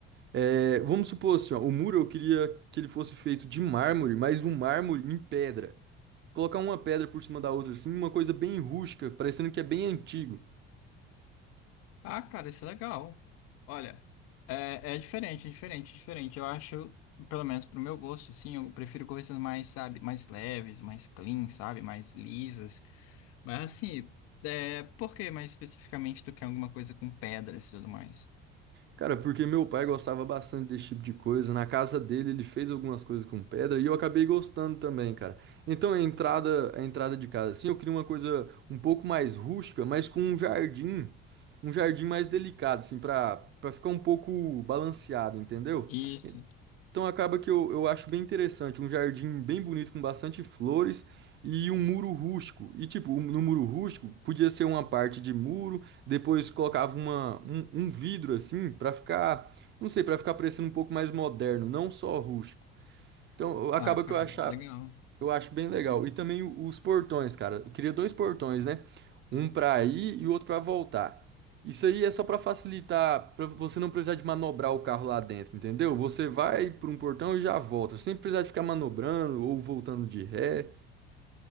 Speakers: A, on the right; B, on the left.
A: É, vamos supor assim, ó, o muro eu queria que ele fosse feito de mármore, mas um mármore em pedra. Colocar uma pedra por cima da outra, assim, uma coisa bem rústica, parecendo que é bem antigo.
B: Ah, cara, isso é legal. Olha, é, é diferente, é diferente, é diferente. Eu acho, pelo menos pro meu gosto, assim, eu prefiro coisas mais, sabe, mais leves, mais clean, sabe, mais lisas. Mas assim, é, por que mais especificamente tu quer alguma coisa com pedras e tudo mais?
A: Cara, porque meu pai gostava bastante desse tipo de coisa. Na casa dele, ele fez algumas coisas com pedra e eu acabei gostando também, cara. Então a entrada, a entrada de casa, assim, eu queria uma coisa um pouco mais rústica, mas com um jardim, um jardim mais delicado, assim, pra, pra ficar um pouco balanceado, entendeu?
B: Isso.
A: Então acaba que eu, eu acho bem interessante, um jardim bem bonito com bastante flores e um muro rústico. E tipo, um- no muro rústico podia ser uma parte de muro, depois colocava uma, um, um vidro assim pra ficar, não sei, pra ficar parecendo um pouco mais moderno, não só rústico. Então eu- acaba
B: Ah, cara,
A: que eu achava,
B: legal.
A: eu acho bem legal. E também o- os portões, cara. Eu queria dois portões, né? Um pra ir e o outro pra voltar. Isso aí é só pra facilitar, pra você não precisar de manobrar o carro lá dentro, entendeu? Você vai por um portão e já volta, sem precisar de ficar manobrando ou voltando de ré.